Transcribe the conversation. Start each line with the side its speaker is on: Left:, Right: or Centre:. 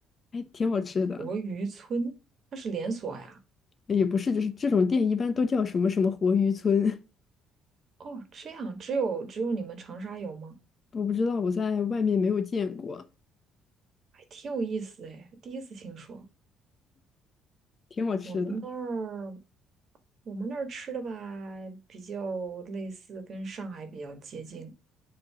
Left: 还挺好吃的。
Right: 活鱼村，它是连锁呀。
Left: 也不是，就是这种店一般都叫什么什么活鱼村，
Right: 哦，这样只有只有你们长沙有吗？
Left: <laughs> 我不知道，我在外面没有见过，
Right: 还挺有意思哎，第一次听说。
Left: 挺好吃的。
Right: 我们那儿，我们那儿吃的吧，比较类似，跟上海比较接近，